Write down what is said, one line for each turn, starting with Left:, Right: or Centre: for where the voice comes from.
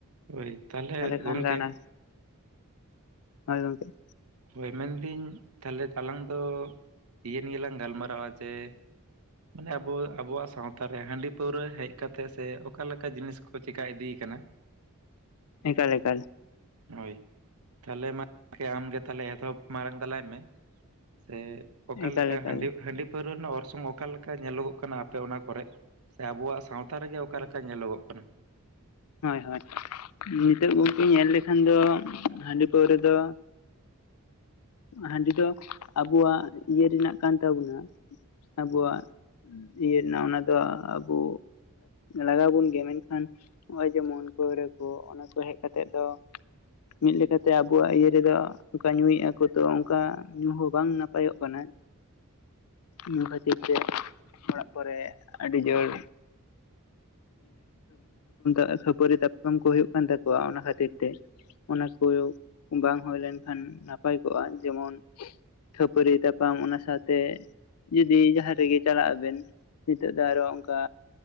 Right: ᱦᱳᱭ ᱛᱟᱦᱚᱞᱮ ᱜᱚᱝᱠᱮ
Left: ᱠᱷᱟᱱ ᱫᱚ ᱚᱱᱟ ᱦᱳᱭ ᱜᱚᱝᱠᱮ
Right: ᱦᱳᱭ ᱢᱮᱱ ᱮᱫᱤᱧ ᱛᱟᱦᱚᱞᱮ ᱟᱞᱟᱝ ᱫᱚ ᱤᱭᱟᱹ ᱱᱤᱭᱟ. ᱞᱟᱝ ᱜᱟᱞᱢᱟᱨᱟᱣᱟ ᱡᱮ ᱢᱟᱱᱮ ᱟᱵᱚ ᱟᱵᱚᱣᱟᱜ ᱥᱟᱶᱛᱟ ᱨᱮ ᱦᱟᱺᱰᱤ ᱯᱟᱹᱣᱨᱟᱹ ᱦᱮᱡ ᱠᱟᱛᱮ ᱥᱮ ᱚᱠᱟ ᱞᱮᱠᱟ ᱡᱤᱱᱤᱥ ᱠᱚ ᱠᱚ ᱪᱤᱠᱟ ᱤᱫᱤᱭ ᱟᱠᱟᱱᱟ
Left: ᱮᱠᱟᱞ ᱮᱠᱟᱞ
Right: ᱦᱳᱭ ᱛᱟᱦᱚᱞᱮ ᱢᱟᱜᱽ ᱟᱢᱜᱮ ᱛᱟᱦᱚᱞᱮ ᱮᱛᱚᱦᱚᱵ ᱢᱟᱲᱟᱝ ᱛᱟᱞᱟᱭ ᱢᱮ ᱥᱮ ᱚᱠᱟ
Left: ᱮᱠᱟᱞ
Right: ᱞᱮᱠᱟ
Left: ᱮᱠᱟᱞ
Right: ᱦᱟᱺᱰᱤ ᱦᱟᱺᱰᱤ ᱯᱟᱹᱣᱨᱟᱹ ᱨᱮᱱᱟᱜ ᱚᱨᱥᱚᱝ ᱚᱠᱟ ᱞᱮᱠᱟ ᱧᱮᱞᱚᱜᱚᱜ ᱠᱟᱱᱟ ᱟᱯᱮ ᱚᱱᱟ ᱠᱚᱨᱮᱜ ᱥᱮ ᱟᱵᱚᱣᱟᱜ ᱥᱟᱶᱛᱟ ᱨᱮᱜᱮ ᱚᱠᱟ ᱞᱮᱠᱟ ᱧᱮᱞᱚᱜᱚᱜ ᱠᱟᱱᱟ
Left: ᱦᱚᱭ ᱦᱚᱭ ᱱᱤᱛᱚᱜ ᱜᱚᱝᱠᱮ ᱧᱮᱞ ᱞᱮᱠᱷᱟᱱ ᱫᱚ ᱦᱟᱺᱰᱤ ᱯᱟᱹᱣᱨᱟᱹ ᱫᱚ
Right: <unintelligible>
Left: ᱦᱟᱺᱰᱤ ᱫᱚ ᱟᱵᱚᱣᱟᱜ ᱤᱭᱟᱹ ᱨᱮᱱᱟᱜ ᱠᱟᱱ ᱛᱟᱵᱚᱱᱟ ᱟᱵᱚᱣᱟᱜ ᱤᱭᱟᱹ ᱨᱮᱱᱟᱜ ᱚᱱᱟ ᱫᱚ ᱟᱵᱚ ᱞᱟᱜᱟᱣ ᱟᱵᱚᱱ ᱜᱮᱭᱟ ᱢᱮᱱᱠᱷᱟᱱ ᱱᱚᱜ-ᱚᱭ ᱡᱮᱢᱚᱱ ᱯᱟᱹᱣᱨᱟᱹ ᱠᱚ ᱚᱱᱟ ᱠᱚ ᱦᱮᱡ ᱠᱟᱛᱮᱜ ᱫᱚ ᱢᱤᱫ ᱞᱮᱠᱟ ᱛᱮ ᱟᱵᱚᱣᱟᱜ ᱤᱭᱟᱹ ᱨᱮᱫᱚ ᱚᱱᱠᱟ ᱧᱩᱭᱮᱫ ᱟᱠᱚ ᱛᱚ ᱚᱱᱠᱟ ᱧᱩ ᱦᱚᱸ ᱵᱟᱝ ᱱᱟᱯᱟᱭᱚᱜ ᱠᱟᱱᱟ᱾
Right: <unintelligible>
Left: ᱧᱩ ᱠᱷᱟᱹᱛᱤᱨ ᱛᱮ ᱚᱲᱟᱜ ᱠᱚᱨᱮ ᱟᱹᱰᱤ ᱡᱳᱨ ᱟᱹ ᱠᱷᱟᱹᱯᱟᱹᱨᱤ ᱛᱟᱯᱟᱢ ᱠᱚ ᱦᱩᱭᱩᱜ ᱠᱟᱱ ᱛᱟᱠᱚᱣᱟ ᱚᱱᱟ ᱠᱷᱟᱹᱛᱤᱨ ᱛᱮ᱾ ᱚᱱᱟ ᱠᱚ ᱵᱟᱝ ᱦᱩᱭ ᱞᱮᱱᱠᱷᱟᱱ ᱱᱟᱯᱟᱭ ᱠᱚᱜᱼᱟ ᱡᱮᱢᱚᱱ ᱠᱷᱟᱹᱯᱟᱹᱨᱤ ᱛᱟᱯᱟᱢ ᱚᱱᱟ ᱥᱟᱶᱛᱮ ᱡᱩᱫᱤ ᱡᱟᱦᱟᱸ ᱨᱮᱜᱮ ᱪᱟᱞᱟᱜ ᱟᱵᱤᱱ ᱱᱤᱛᱚᱜ ᱫᱚ ᱟᱨᱚ ᱚᱱᱠᱟ